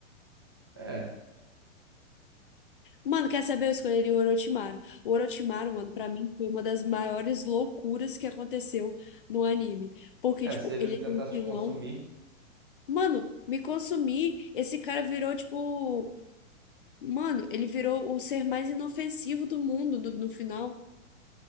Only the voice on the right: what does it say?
É,
é,
se ele
tentasse
te consumir,